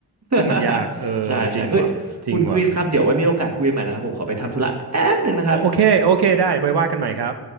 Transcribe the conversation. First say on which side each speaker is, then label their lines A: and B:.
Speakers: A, on the right; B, on the right.
A: ซึ่งมันยากเออจริงว่ะจริงว่ะ
B: <laughs> ใช่ใช่เฮ้ยคุณคริสครับเดี๋ยวไว้มีโอกาสคุยกันใหม่นะครับผมขอไปทำธุระแป๊บหนึ่งนะครับ
A: โอโอเคโอเคได้ไว้ว่ากันใหม่ครับ